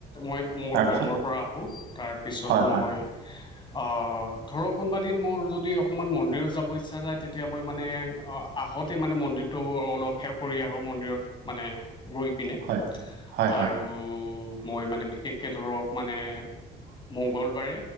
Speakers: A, on the left (about 25°); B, on the right (about 80°).
A: মই মোৰ
B: তাৰপিছত
A: কৰ্মৰ পৰা আহোঁ তাৰপিছত
B: হয় হয়
A: মই। অ', ধৰক কোনবাদিন মোৰ যদি অকণমান মন্দিৰত যাব ইচ্ছা যায়, তেতিয়া মই মানে আ আহোঁতেই মানে মন্দিৰটো অলপ সেৱ কৰি আহোঁ মন্দিৰত। মানে ৰৈ পিনে
B: হয় হয়
A: আৰু
B: হয়
A: মই মানে বিশেষ কে ধৰক মানে মঙ্গলবাৰে